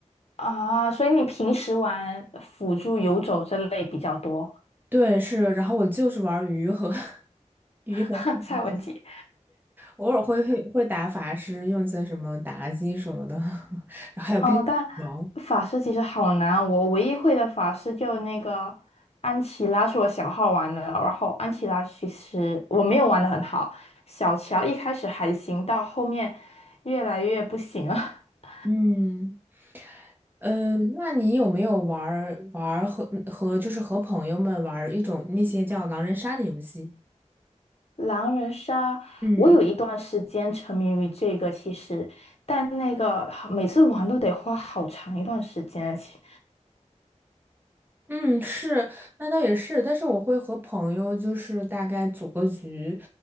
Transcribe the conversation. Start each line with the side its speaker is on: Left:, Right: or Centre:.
Left: 啊，所以你平时玩辅助游走这类比较多，
Right: 对，是，然后我就是玩儿鱼和 <laughs> 鱼和苍蝇
Left: <laughs> 蔡文姬。
Right: 偶尔会会会打法师，用一些什么妲己什么的，<laughs> 然后还有冰雪女王。
Left: 哦，但法师其实好难啊，我唯一会的法师就那个安琪拉是我小号玩的，然后安琪拉其实我没有玩的很好，小乔一开始还行，到后面越来越不行了。<laughs>
Right: 嗯，呃，那你有没有玩儿玩儿和和就是和朋友们玩儿一种那些叫狼人杀的游戏？
Left: 狼人杀，
Right: 嗯。
Left: 我有一段时间沉迷于这个，其实，但那个每次玩都得花好长一段时间。其
Right: 嗯，是，那倒也是，但是我会和朋友就是大概组个局，